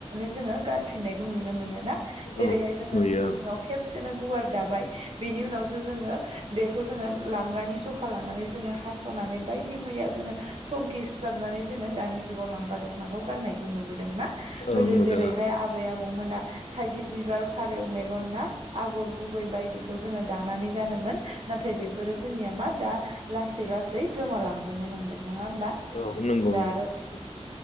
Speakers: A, on the right; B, on the left.
A: जोङो गान फिननायखौ नुनो मोनो आरो ना जेरैहाय
B: औ
A: जोङो
B: नुयो
A: मिसिनाव
B: ओं
A: खेबसे नो गुवार दाबाय बेनि उनावसो जोङो बेखौ जोङो लांगानि जखा लानानै जोङो हास'नानै बायदि मैया जोङो संखि सुथाबनानै जोङो दानि जुगाव लांगा दख'नाखौ गाननायखौ नु बोदों ना गोदो
B: ओं नुदों
A: जेरैहाय
B: आं
A: आबै-आबौ मोना थाइगिर बिबार फारौ मेगन ना आगर गुबै बायदिखौ जोङो दानानै गानोमोन नाथाय बे फोरो जोंनिया मा दा ला सै लासै गोमालां जोबनो हमदों नङा होमबा
B: औ नंगौ
A: दा
B: नंगौ
A: आरो